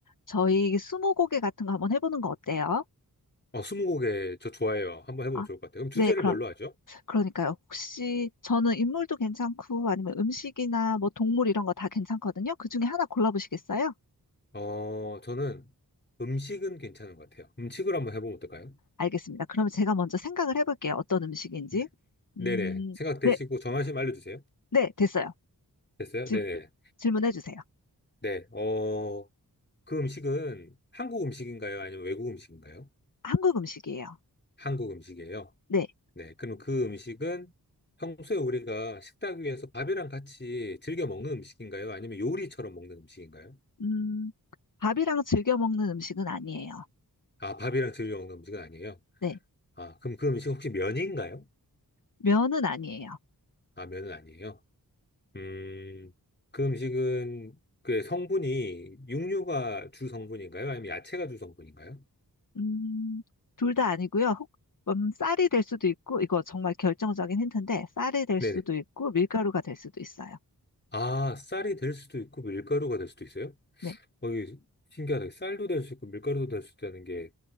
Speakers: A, on the left; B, on the left.
A: 저희 스무고개 같은 거 한번 해보는 거 어때요?
B: 어, 스무고개 저 좋아해요. 한번 해보면
A: 아,
B: 좋을 것 같아요. 그럼 주제를
A: 네, 그럼,
B: 뭘로 하죠?
A: 그러니까요. 혹시 저는 인물도 괜찮고 아니면 음식이나 뭐 동물 이런 거 다 괜찮거든요. 그 중에 하나 골라보시겠어요?
B: 어, 저는 음식은 괜찮은 것 같아요. 음식을 한번 해보면 어떨까요?
A: 알겠습니다. 그러면 제가 먼저 생각을 해볼게요. 어떤 음식인지.
B: 네. 네네.
A: 음,
B: 생각되시고
A: 네,
B: 정하시면 알려주세요.
A: 네, 됐어요.
B: 됐어요?
A: 질,
B: 네네.
A: 질문해주세요.
B: 네. 어, 그 음식은 한국 음식인가요? 아니면 외국 음식인가요?
A: 한국 음식이에요.
B: 한국 음식이에요.
A: 네.
B: 네. 그럼 그 음식은 평소에 우리가 식탁 위에서 밥이랑 같이 즐겨 먹는 음식인가요? 아니면 요리처럼 먹는 음식인가요?
A: 음, 밥이랑 즐겨 먹는 음식은 아니에요.
B: 아, 밥이랑 즐겨 먹는 음식은 아니에요.
A: 네.
B: 아, 그럼 그 음식 혹시 면인가요?
A: 면은 아니에요.
B: 라면은 아니에요. 음, 그 음식은 그 성분이 육류가 주 성분인가요? 아니면 야채가 주 성분인가요?
A: 음, 둘 다 아니고요. 혹, 음, 쌀이 될 수도 있고, 이거 정말 결정적인 힌트인데, 쌀이 될
B: 네네.
A: 수도 있고, 밀가루가 될 수도 있어요.
B: 아, 쌀이 될 수도 있고 밀가루가 될 수도 있어요?
A: 네.
B: 어, 이 신기하다. 쌀도 될 수 있고 밀가루도 될 수 있다는 게